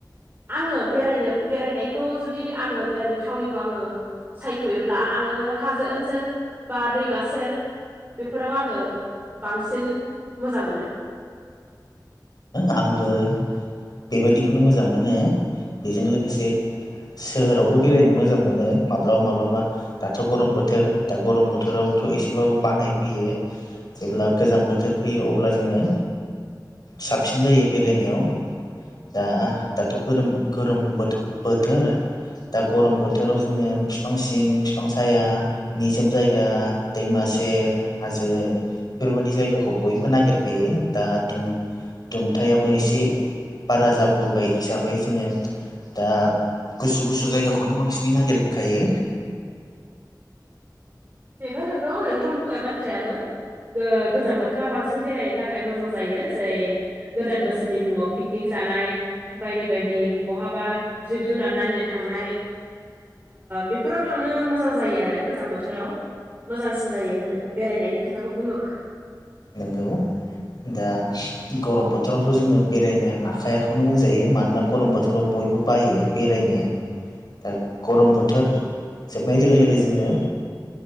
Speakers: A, on the right; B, on the left.
A: आङो बेरायनो बेरायनायखौ जुदि आङो बेरायनो थावनिखौ आङो सायख'योब्ला आङो हाजो ओनसोल बा दैमा सेर बेफोराव आङो बांसिन मोजां मोनो
B: आंबो बेबायदिखौनो मोजां मोनो बेजों लोगोसे सोहोरावबो बेरायनो मोजां मोनो माब्लाबा माब्लाबा दाथ' गरम बोथोर दा गरम बोथोरावथ' एसेबाबो बानाय फैयो जेब्ला गोजां बोथोर फैयो अब्ला जोङो साबसिन जायो बेरायनायाव दा दाथ' गोरोम गोरोम बोथोर दा गरम बोथोराव जोङो बिफां सिं बिफां साया निजोम जायगा दैमा सेर हाजो बेफोरबायदि जायगाखौ बयबो नागिरखायो दा जों दुमथायाबो एसे बारा जाबोबाय हिसाबै जोङो दा गुसु गुसु जायगाखौनो बांसिनै नागिरखायो
A: बेबो नंगौ नोंथां बुंनाय बाथ्रायाबो गोजां बोथोराव बांसिन बेरायनो थाखाय मोजां जायो जेरै गोदान बोसोरनि मुङाव पिकनिक जानाय बायदि बायदि बहाबा जिब जुनार नायहैनो थांनाय बेफोराव थांनो मोजां जायो आरो गोजां बोथोराव मोजांसिन जायो होनो बेरायनायनि खोथाखौ बुङोब्ला
B: नोंगौ दा गरम बोथोरावथ' जोङो बेरायनो हाखायाखौनो बुंजायो मानोना गरम बोथोराव बयबो बायो बेरायनो दा गरम बोथोर जोबनाय लोगो लोगो जोङो